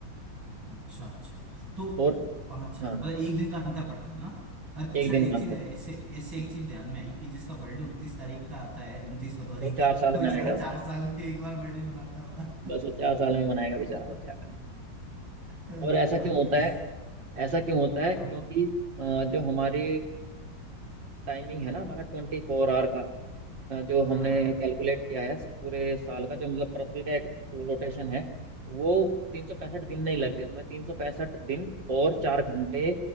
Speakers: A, on the right (about 90°); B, on the right (about 65°).
A: अच्छा अच्छा तो
B: और
A: अच्छा
B: हाँ
A: मतलब एक दिन का अंतर पड़ता है ना अ-
B: एक
A: सर
B: दिन
A: एक
B: का
A: चीज
B: अंतर
A: है इससे इससे
B: हम्म,
A: एक चीज ध्यान में आई कि जिसका बर्थडे उनतीस
B: हम्म।
A: तारीख का आता है उनतीस फरवरी
B: तो
A: का
B: चार साल
A: वो बेचारा
B: में आएगा उसको
A: चार साल में एक बार बर्थडे मनाता होगा <laughs>
B: बस वो चार साल में मनाएगा बेचारा और क्या करें
A: अरे
B: और ऐसा क्यों
A: भाई
B: होता है ऐसा क्यों होता
A: हाँ
B: है क्योंकि अ, जो हमारी टाइमिंग है ना हमारा ट्वेंटी फोर आवर का अ, जो
A: हाँ
B: हमने
A: हाँ
B: कैलकुलेट किया है पूरे साल का जो मतलब पृथ्वी का एक रोटेशन है वो तीन सौ पैंसठ दिन नहीं लगते उसमें तीन सौ पैंसठ दिन और चार घंटे